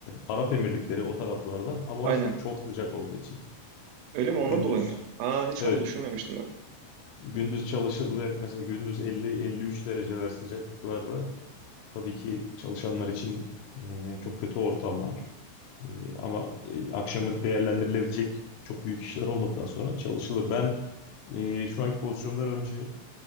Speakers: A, on the left; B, on the right.
A: Arap Emirlikleri o taraflarda ama
B: Aynen.
A: orası da çok sıcak olduğu için.
B: Öyle mi?
A: Gündüz
B: Ondan dolayı mı ya? Aa hiç
A: evet
B: onu düşünmemiştim bak.
A: gündüz çalışılır mesela gündüz 50-53 dereceler sıcaklıklarda tabii ki çalışanlar için e, çok kötü ortamlar. E, ama e, akşamı değerlendirilebilecek çok büyük işler olmadıktan sonra çalışılır. Ben e, şu anki pozisyondan önce